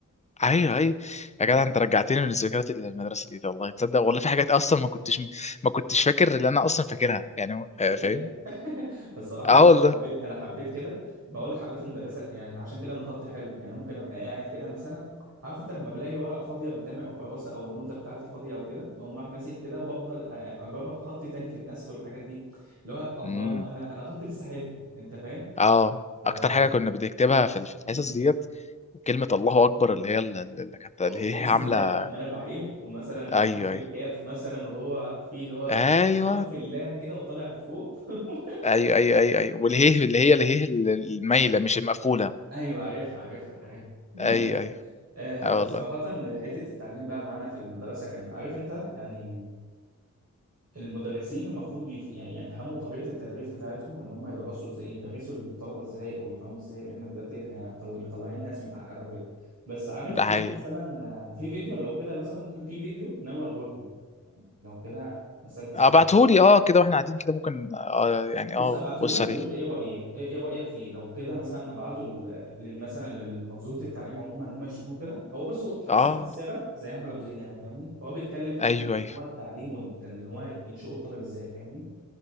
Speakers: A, on the left; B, on the right.
A: ايوه ايوه يا
B: <laughs>
A: جدع انت رجعتني من الذكريات اللي من المدرسه دي ده والله تصدق والله في حاجات اصلا ما كنتش ما كنتش فاكر اللي انا اصلا فاكرها يعني
B: لا
A: آه، فاهم
B: يعني <laughs> بس صراحة
A: اه
B: انا
A: والله
B: حبيت انا حبيت كده بقول لك حبيت المدرسة يعني عشان كده انا خطي حلو يعني ممكن ابقى قاعد كده مثلا عارف انت لما بلاقي ورقة فاضية قدامي او كراسة او النوتة بتاعتي فاضية او كده واقوم رايح ماسك كده وافضل أ- اجرب خطي تاني في النسخ والحاجات دي اللي هو الله
A: امم
B: انا انا خطي لسه حلو انت فاهم؟
A: اه
B: ف...
A: اكتر حاجه كنا بنكتبها في ال- في الحصص
B: مم.
A: ديت كلمه الله اكبر اللي هي ال- اللي كانت اللي
B: أو- وبسم
A: هي عامله
B: الله الرحمن الرحيم ومثلا
A: ايوه
B: حرف
A: ايوه
B: الكاف مثلا وهو فيه اللي هو
A: ايوه
B: جاي على حرف اللام كده وطالع بفوق <laughs>
A: ايوه ايوه ايوه ايوه والهيه اللي هي اللي هي ال- المايله مش المقفوله
B: ايوه عارفها عارفها عارفها جامد
A: ايوه ايوه
B: آه،
A: اه
B: فصراحة
A: والله
B: حتة التعليم بقى معانا في المدرسة كان عارف انت يعني المدرسين المفروض يف... يعني يفهموا طريقة التدريس بتاعتهم ان هم يدرسوا ازاي يدرسوا الطلبة ازاي او يفهموا ازاي لان بجد احنا طل... مطلعين ناس متعقدة وكده بس عارف
A: ده
B: في
A: حقيقي
B: مثلا آه، في فيديو لو كده مثلا ممكن في فيديو ان انا اوريه لهم لو كده مثلا زي
A: اه بعتهولي اه كده واحنا قاعدين كده ممكن اه يعني
B: بص
A: اه
B: ابعته
A: بص
B: لك
A: عليه
B: وقول لي ايه رايك ايه إيه رايك فيه لو كده مثلا ابعته ل- لل- مثلا لمنظومه التعليم عموما ان هم يشوفوه كده هو بص هو مش شخصيه
A: اه
B: مؤثره زي احمد ابو زيد يعني فاهمني فهو بيتكلم في حته
A: ايوه
B: ان
A: ايوه
B: هو التعليم وان هو ينشئوا الطالب ازاي فاهمني